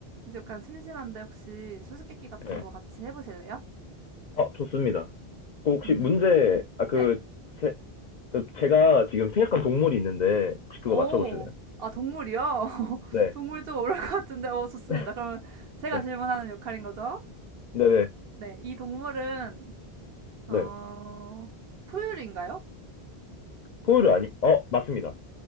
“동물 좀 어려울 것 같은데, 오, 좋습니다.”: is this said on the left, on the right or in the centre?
Right